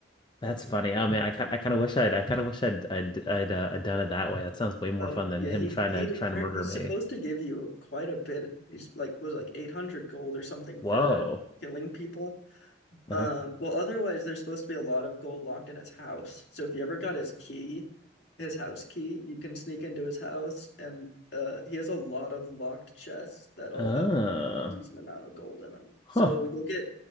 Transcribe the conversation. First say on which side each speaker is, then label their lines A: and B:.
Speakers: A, on the left; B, on the left.
A: that's funny. Oh man, I kind I kind of wish I'd I kind of wish I'd I'd I'd, uh, I'd done it that way. That sounds way more
B: Oh,
A: fun than
B: yeah,
A: him
B: he
A: trying
B: he
A: to trying to murder
B: he's
A: me.
B: supposed to give you quite a bit. He's like was like 800 gold or something
A: Whoa.
B: for killing people.
A: Uh-huh.
B: Uh, well, otherwise, there's supposed to be a lot of gold locked in his house. So if you ever got his key, his house key, you can sneak into his house, and uh, he has a lot of locked chests that all
A: Oh.
B: have a decent amount of gold in them.
A: Huh.
B: So you'll get